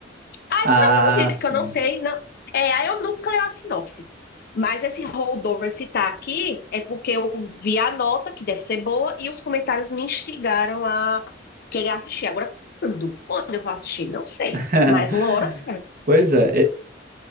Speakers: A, on the left; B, on the right.
A: Aí,
B: Ah,
A: por algum motivo
B: sim.
A: que eu não sei, não... É, aí eu nunca leio a sinopse. Mas esse holdover citar aqui é porque eu vi a nota, que deve ser boa, e os comentários me instigaram a querer assistir. Agora, quando? Quando eu vou assistir? Não sei.
B: <laughs>
A: Mas uma hora certa.
B: Pois é, e-